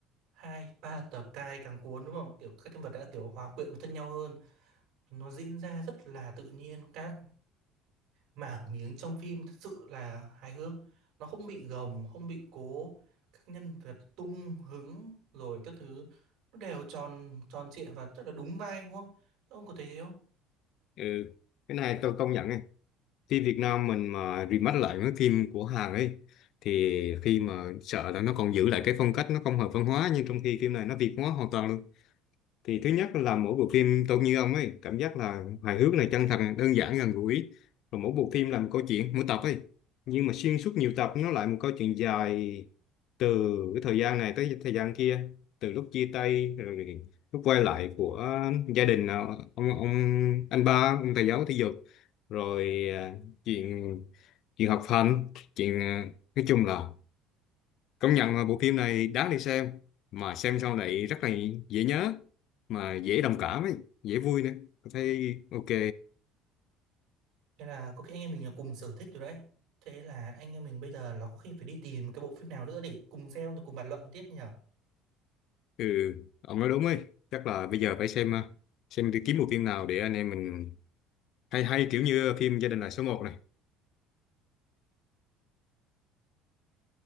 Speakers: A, on the right; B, on the left.
A: hai ba tập cai càng cuốn đúng không kiểu các nhân vật đã kiểu hòa quyện với thân nhau hơn nó diễn ra rất là tự nhiên các mảng miếng trong phim thật sự là hài hước nó không bị gồng không bị cố các nhân vật tung hứng rồi các thứ nó đều tròn tròn trịa và rất là đúng vai đúng không ông có thấy thế không
B: Ừ, cái này tôi công nhận phim Việt Nam mình mà remake lại mấy phim của Hàn ấy thì khi mà sợ là nó còn giữ lại cái phong cách nó không hợp văn hóa nhưng trong khi phim này nó Việt hóa hoàn toàn luôn thì thứ nhất là mỗi bộ phim tôi như ông ấy cảm giác là hài hước này chân thật này, đơn giản gần gũi và mỗi bộ phim là một câu chuyện mỗi tập ấy nhưng mà xuyên suốt nhiều tập nó lại một câu chuyện dài từ cái thời gian này tới thời gian kia từ lúc chia tay rồi lúc quay lại của gia đình à, ông ông anh ba ông thầy giáo thể dục rồi à, chuyện chuyện học hành chuyện à, nói chung là Công nhận là bộ phim này đáng để xem mà xem sau này rất là dễ nhớ mà dễ đồng cảm ấy, dễ vui nữa. Tôi thấy ok.
A: thế là có khi anh em mình là cùng sở thích rồi đấy thế là anh em mình bây giờ nó có khi phải đi tìm cái bộ phim nào nữa để cùng xem rồi cùng bàn luận tiếp nhở
B: Ừ, ông nói đúng ấy. Chắc là bây giờ phải xem ờ, xem đi kiếm bộ phim nào để anh em mình hay hay kiểu như phim Gia đình là số một này.